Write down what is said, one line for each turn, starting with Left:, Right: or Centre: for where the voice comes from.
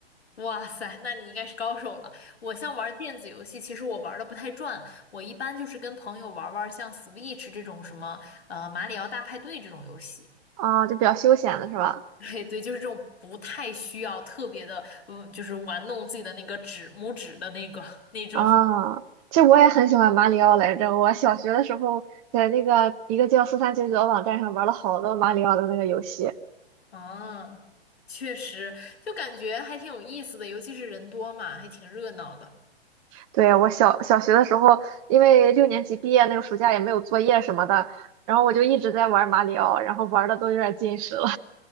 Left: 哇塞，那你应该是高手了。我像玩电子游戏，其实我玩的不太转，我一般就是跟朋友玩玩像 Switch 这种什么呃马里奥大派对这种游戏。
Right: 啊，就比较休闲了，是吧？
Left: <laughs> 对对，就是这种不太需要特别的，嗯，就是玩弄自己的那个指拇指的那个那种。
Right: 啊，其实我也很喜欢马里奥来着。我小学的时候在那个一个叫四三九九的网站上玩了好多马里奥的那个游戏。
Left: 啊，确实，就感觉还挺有意思的，尤其是人多嘛，还挺热闹的。
Right: 对，我小小学的时候，因为六年级毕业那个暑假也没有作业什么的，然后我就一直在玩马里奥，然后玩的都有点近视了。